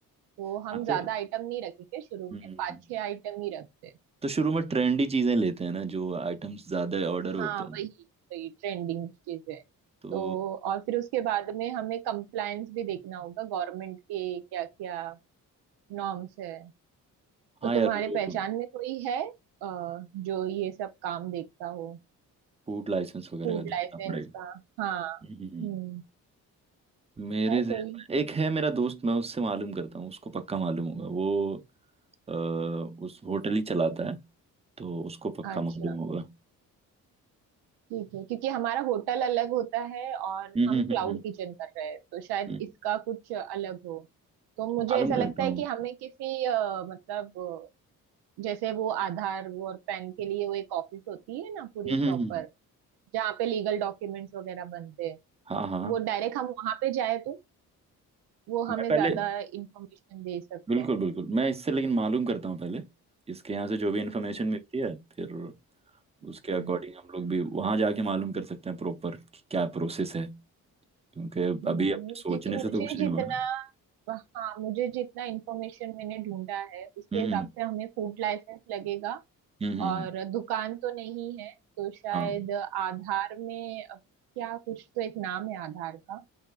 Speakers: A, on the right (about 75°); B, on the right (about 15°).
A: तो
B: हाँ
A: हम ज्यादा
B: तो
A: आइटम नहीं रखेंगे शुरू
B: हम्म
A: में पाँच छह आइटम ही रखते हैं
B: तो शुरू में ट्रेंडी चीजें लेते हैं ना जो आइटम्स ज्यादा ऑर्डर होते
A: हाँ
B: हैं
A: वही वही ट्रेंडिंग चीजें
B: तो
A: तो और फिर उसके बाद में हमें कंप्लायंस भी देखना होगा गवर्नमेंट के क्या क्या नॉर्म्स है
B: हाँ
A: तो
B: यार
A: तुम्हारे
B: वो
A: पहचान में कोई है अ, जो ये सब काम देखता हो
B: फूड लाइसेंस वगैरह
A: फूड
B: का देखना
A: लाइसेंस
B: पड़ेगा
A: का हाँ
B: हम्म, हम्म।
A: हम्म
B: मेरे
A: है
B: जहन
A: कोई
B: में एक है मेरा दोस्त मैं उससे मालूम करता हूँ उसको पक्का मालूम होगा वो अ, उस होटल ही चलाता है तो उसको पक्का
A: अच्छा
B: मालूम होगा
A: ठीक है क्योंकि हमारा होटल अलग होता है और
B: हम्म
A: हम
B: हम्म
A: क्लाउड
B: हम्म हम्म,
A: किचन कर रहे हैं तो शायद
B: हम्म।
A: इसका कुछ अलग हो तो मुझे
B: मालूम
A: ऐसा
B: करता
A: लगता है
B: हूँ
A: कि हमें किसी अ, मतलब अ, जैसे वो आधार वो और पैन के लिए वो एक ऑफिस होती है ना पूरी
B: हम्म हम्म,
A: प्रॉपर
B: हम्म।
A: जहाँ पे लीगल डॉक्यूमेंट्स वगैरह बनते हैं
B: हाँ हाँ
A: वो डायरेक्ट हम वहां पे जाए तो वो
B: मैं
A: हमें
B: पहले
A: ज्यादा इंफॉर्मेशन दे सकते
B: बिल्कुल
A: हैं
B: बिल्कुल मैं इससे लेकिन मालूम करता हूँ पहले इसके यहाँ से जो भी इंफॉर्मेशन मिलती है फिर
A: हाँ
B: उसके अकॉर्डिंग हम लोग भी वहाँ जाके मालूम कर सकते हैं प्रॉपर कि क्या प्रोसेस है क्योंकि
A: हम्म,
B: अभी अपने सोचने
A: क्योंकि मुझे
B: से तो कुछ
A: जितना
B: नहीं हुआ ना
A: हाँ मुझे जितना इंफॉर्मेशन मैंने ढूंढा है उसके
B: हम्म
A: हिसाब
B: हम्म
A: से हमें फूड लाइसेंस लगेगा
B: हम्म हम्म,
A: और
B: हम्म।
A: दुकान तो नहीं है तो शायद
B: हाँ
A: आधार में अ, क्या कुछ तो एक नाम है आधार का